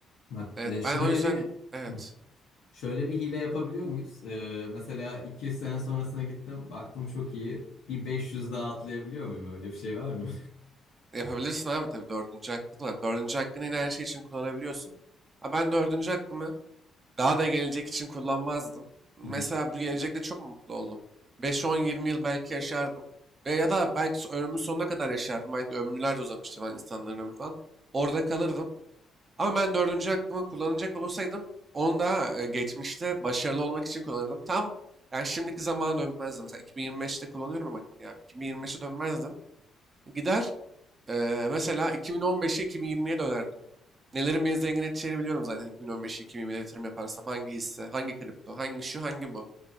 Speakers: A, on the left; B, on the right.
A: Bak
B: Evet
A: e, şöyle
B: ben o yüzden
A: bir...
B: evet
A: Hı Şöyle bir hile yapabiliyor muyuz? Ee, mesela 200 sene sonrasına gittim. Baktım çok iyi. Bir 500 daha atlayabiliyor muyum? Öyle bir şey var mı?
B: yapabilirsin abi tabii dördüncü hakkın var. Dördüncü hakkını yine her şey için kullanabiliyorsun. Ha, ben dördüncü hakkımı Daha da gelecek için kullanmazdım. Mesela
A: <laughs> Hı hı.
B: bu gelecekte çok mutlu oldum. 5-10-20 yıl belki yaşardım. Ve ya da belki so- ömrümün sonuna kadar yaşardım. Belki ömürler de uzamıştı falan insanların ömrü falan. Orada kalırdım. Ama ben dördüncü hakkımı kullanacak olursaydım onu da e, geçmişte başarılı olmak için kullanırdım. Tam yani şimdiki zamana dönmezdim. Mesela 2025'te kullanıyorum ama yani 2025'e dönmezdim. Gider e, mesela 2015'e 2020'ye dönerdim. Nelerin beni zengin edeceğini biliyorum zaten 2015-2020'de yatırım yaparsam. Hangi hisse, hangi kripto, hangi şu, hangi bu.